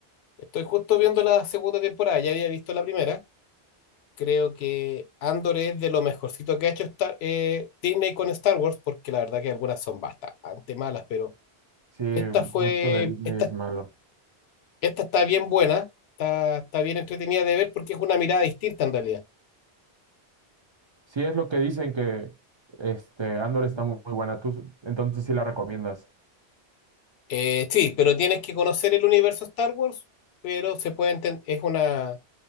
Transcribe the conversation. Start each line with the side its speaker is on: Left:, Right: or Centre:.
Left: Estoy justo viendo la segunda temporada, ya había visto la primera. Creo que Andor es de lo mejorcito que ha hecho esta- eh, Disney con Star Wars, porque la verdad que algunas son bastante malas, pero...
Right: Sí,
Left: Esta fue,
Right: mucho de Disney
Left: esta,
Right: es malo.
Left: esta está bien buena, está, está bien entretenida de ver porque es una mirada distinta en realidad.
Right: Sí, es lo que dicen que este Andor está muy, muy buena. Tú, entonces sí la recomiendas.
Left: Eh, sí, pero tienes que conocer el universo Star Wars, pero se puede enten- es una,